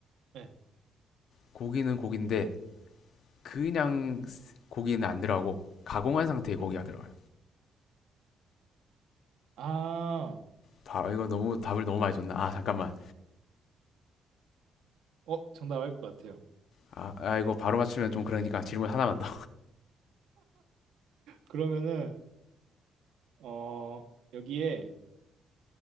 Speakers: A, on the right; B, on the left.
A: 네.
B: 고기는 고기인데 그냥 고기는 안 들어가고 가공한 상태의 고기가 들어가요.
A: 아,
B: 다 아, 이거 너무 답을 너무 많이 줬나? 아, 잠깐만.
A: 어, 정답 알 것 같아요.
B: 아, 아, 이거 바로 맞추면 좀 그러니까 질문 하나만 더.
A: 그러면은 어, 여기에